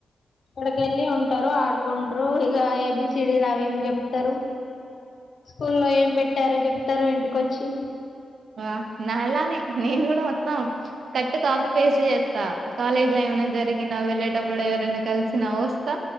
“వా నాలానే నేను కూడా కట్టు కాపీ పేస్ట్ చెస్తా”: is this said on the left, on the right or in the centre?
Right